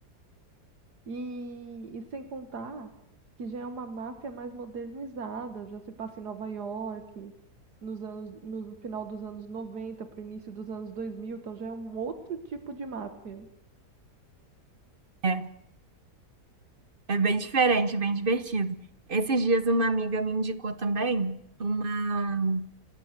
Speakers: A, on the right; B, on the right.
A: e, e sem contar que já é uma máfia mais modernizada, já se passa em Nova York, nos anos, no final dos anos 90 para o início dos anos 2000. então já é um outro tipo de máfia.
B: É é bem diferente, bem divertido. Esses dias uma amiga me indicou também uma,